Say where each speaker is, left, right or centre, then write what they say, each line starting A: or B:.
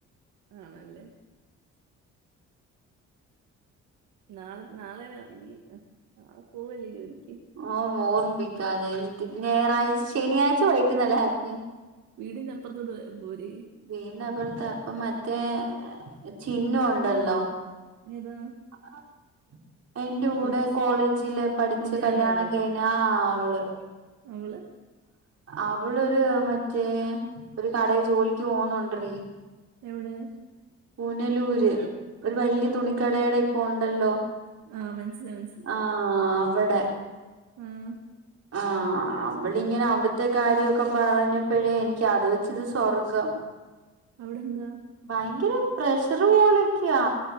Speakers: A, on the right; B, on the right.
A: ആണല്ലേ. നാളെ നാളെഞാനതിന് ആഹ് നാളെ പോവല്ലേ ജോലിക്ക്.
B: ഓഹ് ഓർമിമ്പിക്കാതെ എനിക്ക് ഞായറാഴ്ച്ച ശനിയാഴ്ച്ച വൈകീട്ട്ന്നല്ല ഹാപ്പിയാ.
A: വീടിന്നപ്പർത്തോട്ട്പോയാപോരെ?
B: വീടിനപർതാ അപ്പ മറ്റേ ചിന്നുണ്ടല്ലോ.
A: ഏതാ?
B: <unintelligible> എന്റെ കൂടെ
A: കൊച്ചു
B: കോളേജില് പഠിച്ച്കല്യാണം
A: കുഞ്ഞാവയുള്ള
B: കഴിഞ്ഞ ആഹ് അവള്.
A: അവള്.
B: അവളൊരു മറ്റേ ഒരു കടേ ജോലിക്ക് പോകുന്നുണ്ട്രടീ.
A: എവടെ?
B: പൂനലൂര് ഒരു വല്യ തുണിക്കടേടെ ഇപ്പോ ണ്ടല്ലോ.
A: ആ മനസ്സിലായി
B: ആഹ് അവ്ടെ.
A: ആഹ്
B: ആഹ് അവളിങ്ങനെ അവിട്ത്തെ കാര്യൊക്കെ പറഞ്ഞപ്പഴേ എനിക്ക് അത് വെച്ച്ത് സ്വർഗം.
A: അവ്ടെന്താ?
B: ഭയങ്കര പ്രഷറ് പോലൊക്യാ